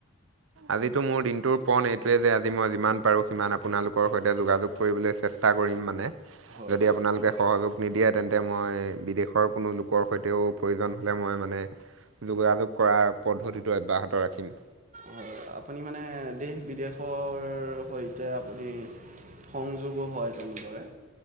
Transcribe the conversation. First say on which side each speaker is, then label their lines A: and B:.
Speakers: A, on the right; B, on the right.
A: আজিতো মোৰ দিনটোৰ পণ এইটোৱে যে আজি মই যিমান পাৰো সিমান আপোনালোকৰ সৈতে যোগাযোগ কৰিবলৈ চেষ্টা কৰিম মানে
B: হয়
A: যদি
B: হয়
A: আপোনালোকে সহযোগ নিদিয়ে তেন্তে মই বিদেশৰ কোনো লোকৰ সৈতেও প্ৰয়োজন হ'লে মই মানে যোগাযোগ কৰাৰ পদ্ধতিটো অব্যাহত ৰাখিম।
B: হয়। আপুনি মানে দেশ বিদেশৰ সৈতে আপুনি সংযোগো হয় তেনেদৰে।